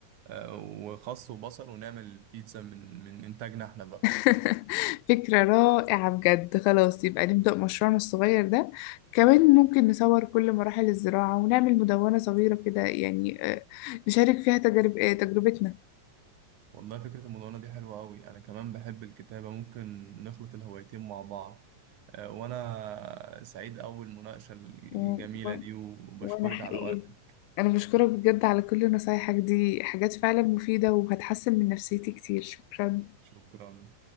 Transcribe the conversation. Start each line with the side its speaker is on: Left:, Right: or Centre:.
Right: آه، وخس وبصل ونعمل بيتزا من من انتاجنا احنا بقى
Left: <laughs> فكرة رائعة بجد خلاص يبقى نبدأ مشروعنا الصغير ده كمان ممكن نصور كل مراحل الزراعة ونعمل مدونة صغيرة كده يعني آه، نشارك فيها تجارب آه، تجربتنا
Right: والله فكرة المدونة دي حلوة قوي انا كمان بحب الكتابة ممكن نخلط الهوايتين مع بعض آه، وانا سعيد اول مناقشة الجميلة
Left: و... و...
Right: دي وبشكرك
Left: وأنا حقيقي
Right: على وقتك
Left: أنا بشكرك بجد على كل نصايحك دي حاجات فعلا مفيدة وهتحسن من نفسيتي كتير شكرا
Right: شكرا